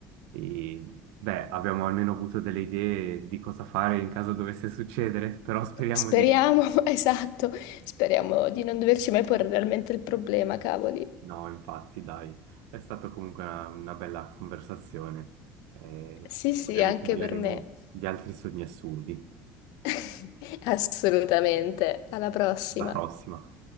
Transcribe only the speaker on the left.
Speriamo,
<laughs> esatto, speriamo di non doverci mai porre realmente il problema, cavoli.
Sì, sì,
anche
per me.
<laughs> Assolutamente. Alla prossima.